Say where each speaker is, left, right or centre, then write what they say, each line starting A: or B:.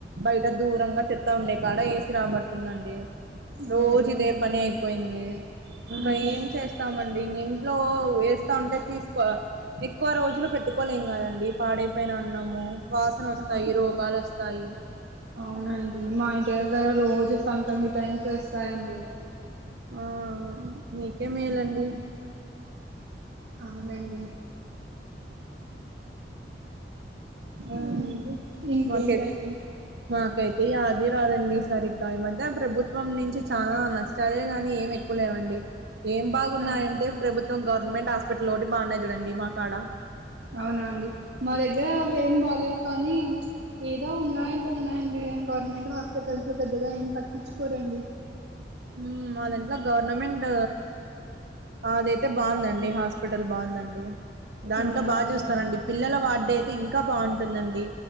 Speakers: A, on the right (about 70°); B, on the right (about 85°).
A: బయట దూరంగా చెత్తా ఉండే కాడ ఏసి రాబడుతుందండి రోజు
B: అవునులేండి
A: ఇదే పని అయిపోయింది ఇంకా
B: ఉహు
A: ఏం చేస్తాం వస్తామండి ఇంగా ఇంట్లో వేస్తా ఉంటే తీసుకో ఎక్కువ రోజులు పెట్టుకోలేం కదండి పాడైపోయిన అన్నము వాసన వస్తాయి
B: అవునండి
A: రోగాలు వస్తాయి
B: అవునండి మా ఇంటి దగ్గర రోజు సంక్రాంతి టైమ్ కి వస్తాయండి.
A: ఆ ఆ మీకే మేలండి
B: అవునండి
A: ఉమ్
B: అవునండి ఇంకేంటండి
A: మాకై మాకైతే యాది రాదండి సరిగ్గా ఈ మధ్య ప్రభుత్వం నుంచి చాలా నాచ్ చదివినా గాని ఏం ఎక్కువ లేవండి ఏం బాగున్నాయంటే
B: ఆ
A: ప్రభుత్వం గవర్నమెంట్ హాస్పిటల్ ఒకటి బాగున్నాయి చూడండి మాకాడ
B: అవునా అండి మా దగ్గర అవి ఏం బాలేవు కానీ ఏదో ఉన్నాయంటే ఉన్నాయండి గవర్నమెంట్ హాస్పిటల్స్ లో పెద్దగా ఏం పట్టించుకోరండి
A: ఉమ్ మా దాంట్లో గవర్నమెంట్ అదైతే బాగుందండి హాస్పిటల్ బాగుందండి దాంట్లో
B: అవునండి
A: బాగా చూస్తారండి పిల్లల వార్డు అయితే ఇంకా బాగుంటుందండి